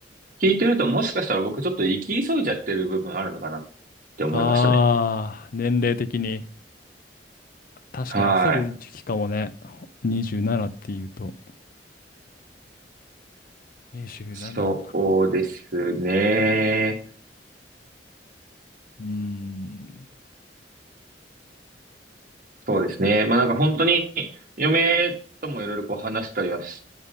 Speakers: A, on the right; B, on the left.
A: 聞いてるともしかしたら僕ちょっと行き急いじゃってる部分あるのかなって思いましたね。
B: ああ、年齢的に。確かに焦る時期かもね。
A: はい。
B: 27っていうと。27。
A: そうですね。
B: うーん。
A: そうですね。まあなんか本当に嫁ともいろいろこう話したりはし